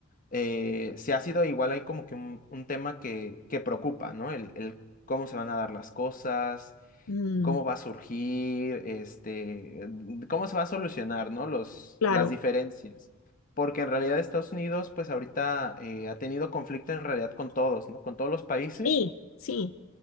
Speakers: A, on the left (about 40°); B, on the left (about 90°).
A: eh, se ha sido igual ahí como que un, un tema que, que preocupa, ¿no? El, el cómo se van a dar las cosas,
B: mm,
A: cómo va a surgir, este, mm, cómo se va a solucionar, ¿no? Los,
B: claro,
A: las diferencias. Porque en realidad Estados Unidos, pues ahorita eh, ha tenido conflicto en realidad con todos, ¿no? Con todos los países
B: sí, sí,